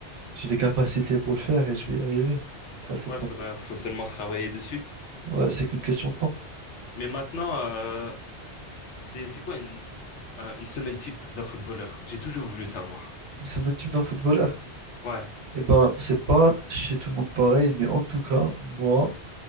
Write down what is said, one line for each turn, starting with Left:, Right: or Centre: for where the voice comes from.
Right: j'ai les capacités pour le faire et je vais y arriver. Ça, c'est
Left: ouais,
Right: pas...
Left: faudra, faut seulement travailler dessus.
Right: Ouais, c'est qu'une question de temps.
Left: Mais maintenant, euh, c'est c'est quoi une, euh, une semaine type d'un footballeur? J'ai toujours voulu savoir.
Right: C'est le même type d'un footballeur.
Left: Ouais,
Right: Eh ben, c'est pas chez tout le monde pareil, mais en tout cas, moi,